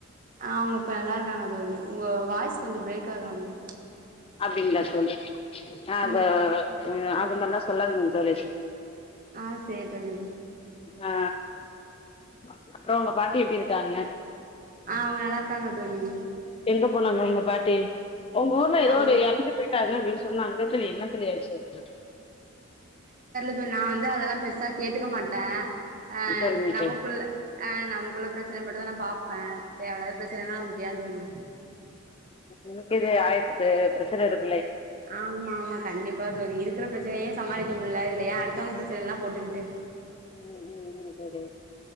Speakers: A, on the right; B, on the left.
A: ஆ அவங்க இப்ப நல்லா இருக்காங்க தோழி உங்க வாய்ஸ் கொஞ்சோ பிரேக் ஆகறமாரி
B: அப்டிங்ளா தோழி, அது
A: ம்
B: ம் அதுமாரிலா சொல்லாதிங்க தோழி
A: ஆ சேரி தோழி
B: ஆ அப்றோ உங்க பாட்டி எப்டி இருக்காங்க?
A: ஆ அவங்க நல்லா இருக்காங்க தோழி
B: எங்க போனாங்க உங்க பாட்டி உங்க ஊர்ல ஏதோ
A: அவங்க
B: ஒரு எறந்து போயிட்டாங்க அப்டின்னு சொன்னாங்கலே தோழி, என்ன தோழி ஆச்சு அவங்களுக்கு
A: இது நா வந்து அதெல்லா பெருசா கேட்டுக்க மாட்ட அ
B: சரிங்க
A: நமக்குள்ள
B: தோழி
A: ஆ நமக்குள்ள பிரச் சின மட்டுந்தா நா பா ப்ப தேவயில்லாத பிரச்சனைலா ஏந் தோழி
B: எனக்கு இது ஆயரத்தெட்டு பிரஷர் இருக்
A: ஆமா ஆமா கண்டிப்பா தோழி இருக்கற பிர ச்சனையே சமாளிக்க முடில இதுல ஏ அடுத்தவங்க பிரச்சனை எல்லா போட்டுகிட்டு
B: ம் ம் ம் தோழி